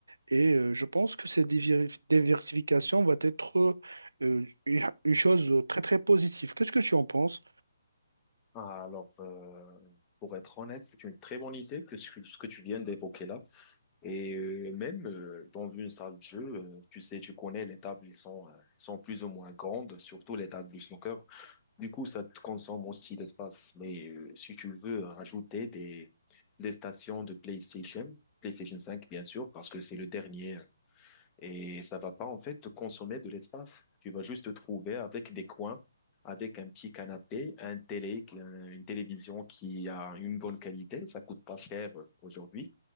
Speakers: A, on the right (about 80°); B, on the left (about 20°).
A: Et euh, je pense que cette divir- diversification va être euh, une une chose très, très positive. Qu'est-ce que tu en penses?
B: Ah, Alors, euh, pour être honnête, c'est une très bonne idée que ce que ce que tu viens d'évoquer là. Et euh, même euh, dans une salle de jeu, euh, tu sais, tu connais les tables, ils sont, euh, sont plus ou moins grandes, surtout les tables du snooker. Du coup, ça te consomme aussi l'espace. Mais euh, si tu veux rajouter des, des stations de PlayStation, PlayStation 5, bien sûr, parce que c'est le dernier et ça va pas en fait te consommer de l'espace. Tu vas juste te trouver avec des coins, avec un petit canapé, un télé, qui- un- une télévision qui a une bonne qualité, ça coûte pas cher euh, aujourd'hui,